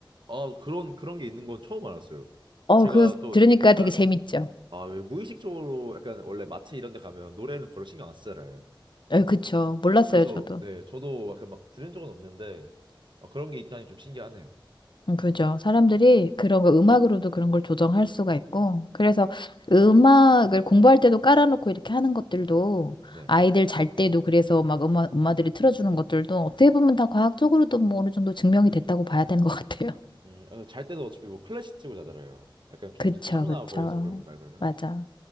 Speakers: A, on the right; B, on the left.
A: 아 그런 그런 게 있는 건 처음 알았어요.
B: 어,
A: 제가
B: 그거
A: 또
B: 들으니까
A: 약간
B: 되게 재밌죠.
A: 아, 왜 무의식적으로 약간 원래 마트 이런 데 가면 노래는 별로 신경 안 쓰잖아요.
B: 예, 그쵸. 몰랐어요,
A: 그래서
B: 저도.
A: 네, 저도 약간 막 들은 적은 없는데 아, 그런 게 있다니 좀 신기하네요.
B: 음, 그죠. 사람들이 그런 거 음악으로도 그런 걸 조정할 수가 있고, 그래서 음악을 공부할 때도 깔아놓고 이렇게 하는 것들도
A: 네.
B: 아이들 잘 때도 그래서 막 엄마, 엄마들이 틀어주는 것들도 어떻게 보면 다 과학적으로도 뭐 어느 정도 증명이 됐다고 봐야 되는 것 같아요. <laughs>
A: 음, 아, 잘 때도 어차피 뭐 클래식 틀고 자잖아요. 약간 좀
B: 그쵸,
A: 더 차분하고
B: 그쵸.
A: 그래서 그런 건가요, 그러면?
B: 맞아.